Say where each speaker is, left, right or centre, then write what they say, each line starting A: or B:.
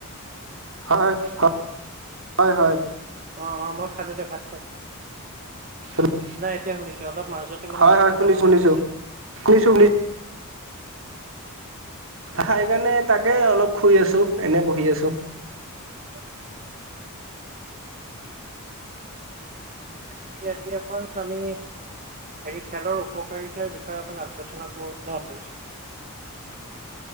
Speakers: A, on the right; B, on the right.
A: হয়, হয় হয়।
B: অ-অ মই খালো দে ভাত খাই
A: শুনিছানে?
B: নাই এতিয়া শুনিছো অলপ মাজতে মানে
A: হয়,
B: মাতটো
A: হয়, শুনিছোঁ,
B: নোহোৱা
A: শুনিছোঁ,
B: হৈ গৈছিল।
A: <inaudible> খাইকাৰণে তাকে অলপ শুই আছো এনে বহি আছো।
B: অ, বাকী আজি এখন আমি হেৰি খেলৰ উপকাৰিতাৰ বিষয়ে অকন আলোচনা কৰো ন ভাবিছো।